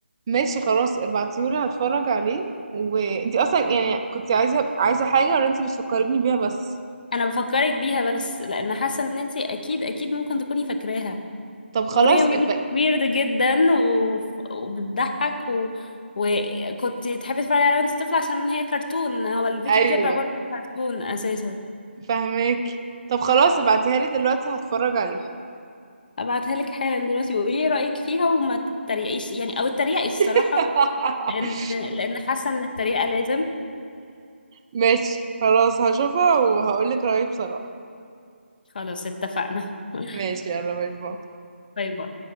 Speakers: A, on the right; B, on the left.
A: ماشي خلاص ابعتيهولي هتفرج عليه وانتي اصلا يعني كنت عايزه عايزه حاجه ولا انتي بتفكريني بيها بس
B: انا بفكرك بيها بس لان حاسه ان انتي اكيد اكيد ممكن تكوني فاكراها
A: طب خلاص
B: اغنيه ويرد
A: ابقى
B: ويرد جدا و... وبتضحك و... وكنت تحبي تتفرجي عليها وانتي طفله عشان هي كرتون هو الفيديو
A: <laughs> ايوه
B: كليب عباره عن كرتون اساسا
A: فهماكي طب خلاص ابعتيها لي دلوقتي هتفرج عليها
B: ابعتها لك حالا دلوقتي وقولي لي رايك فيها وما تتريقيش يعني او تتريقي الصراحه
A: <laughs>
B: لان لان حاسه ان التريقه لازم
A: ماشي خلاص هشوفها وهقولك رأيي بصراحه
B: خلاص اتفقنا <laughs>
A: ماشي يلا باي باي
B: باي باي